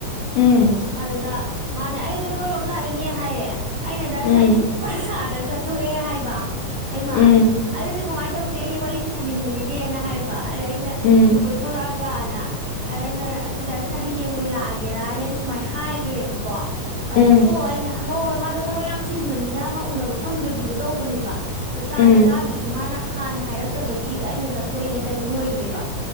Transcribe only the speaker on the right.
ꯑꯗꯨꯗ ꯃꯥꯅꯦ ꯑꯩ ꯁꯨꯝ ꯂꯥꯛꯏꯅꯦ ꯍꯥꯏꯌꯦ ꯑꯩꯅ ꯗꯥ
ꯁꯤꯗꯟ ꯑꯩꯗꯤ ꯄ꯭ꯔꯁꯥꯔꯗ ꯆꯠꯊꯣꯛꯑꯦ ꯍꯥꯏꯕ ꯍꯩꯃ
ꯑꯗꯨꯗꯤ ꯀꯃꯥꯏꯅ ꯇꯧꯅꯤ ꯑꯩꯒꯤ ꯋꯥꯔꯤꯁꯦ ꯁꯥꯅꯤꯡꯕꯅꯤꯅꯦ ꯍꯥꯏꯕ ꯑꯗ ꯑꯩꯅ
ꯁꯨꯝ ꯀꯣꯏꯊꯣꯔꯛꯑꯒꯅ ꯑꯗ ꯑꯩꯅ ꯑꯗꯨꯗ ꯍꯌꯦꯡ ꯑꯣꯏꯅ ꯂꯥꯛꯑꯒꯦꯔ ꯍꯥꯏꯅ ꯑꯩꯅ ꯁꯨꯃꯥꯏꯅ ꯍꯥꯏꯈ꯭ꯔꯦꯕꯀꯣ ꯑꯗ
ꯍꯣꯏ ꯑꯩꯅ ꯍꯣꯏ ꯍꯣꯏ ꯃꯥꯗꯣ ꯊꯕꯛ ꯌꯥꯝ ꯆꯤꯟꯕꯅꯤꯅ ꯑꯃ ꯎꯅꯕ ꯐꯪꯗꯕꯤꯗꯣ ꯇꯧꯕꯅꯦꯕ ꯑꯗꯣ ꯇꯥꯟꯅ
ꯆꯥꯗ꯭ꯔꯤꯁꯨ ꯃꯥꯅ ꯍꯥꯟꯅ ꯍꯥꯏꯔꯛꯇꯕꯒꯤ ꯑꯩꯅ ꯆꯠꯊꯣꯛꯏꯉꯩ ꯇꯥꯏꯃꯤꯡ ꯑꯣꯏꯈ꯭ꯔꯦꯕ